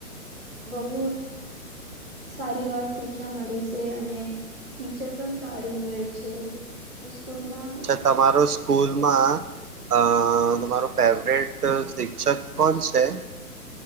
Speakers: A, on the right; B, on the right.
A: બહુ સારી વાત શીખ્યા મળે છે અને ટીચર પણ સારું હોય છે સ્કૂલમાં
B: અચ્છા તમારો સ્કૂલ સ્કુલ મા અ તમારો ફેવરેટ શિક્ષક કોણ છે